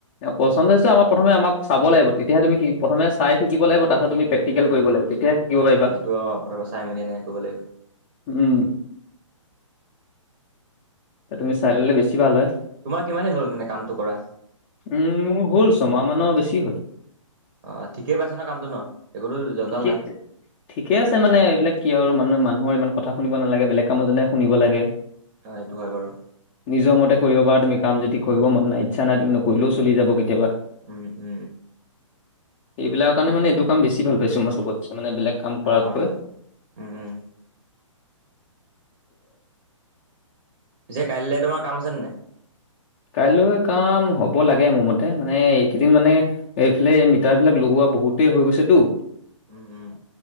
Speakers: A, on the left; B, on the right.
A: পচন্দ হৈছে আমাৰ প্ৰথমে আমাক চাব লাগিব তেতিয়াহে তুমি প্ৰথম চাই শিকিব লাগিব তাতে তুমি পেটিকেল কৰিব লাগিব তেতিয়া থাকিব পাৰিবা
B: অ সেইটো অ প্ৰথমে চাই মেলি এনেকে কৰিব লাগিব
A: উম তুমি চাই ললে বেছি ভাল হয়।
B: তোমাৰ কিমান দিন হ'ল তেনে কামটো কৰা
A: উম মোৰ হ'ল ছমাহ মানৰ বেছি হ'ল।
B: অ ঠিকেই পাইছা ন কামটো ন একোতো জঞ্জাল
A: ঠিকে
B: নাই।
A: ঠিকে আছে মানে এই বিলাক কি আৰু মানে মানুহৰ ইমান কথা শুনিব নালাগে বেলেগ কামত যেনেকৈ শুনিব লাগে।
B: অ এইটো হয় বাৰু।
A: নিজৰ মতে কৰিব পাৰা তুমি কাম যদি কৰিব মন নাই ইচ্ছা নাই তুমি নকৰিলেও চলি যাব কেতিয়াবা।
B: উম উ।
A: এইবিলাকৰ কাৰণে মানে এইটো কাম বেছি ভাল পাইছো মই চবত মানে বেলেগ। কাম কৰা
B: অ
A: কৈ <inaudible>
B: উম উম পিছে কাইলৈ তোমাৰ কাম আছেনে নাই?
A: কাইলৈ কাম হব লাগে মোৰ মতে, মানে এইকেইদিন মানে এইফালে মিটাৰ বিলাক লগোৱা। বহুতেই হৈ গৈছেতো।
B: উম উম।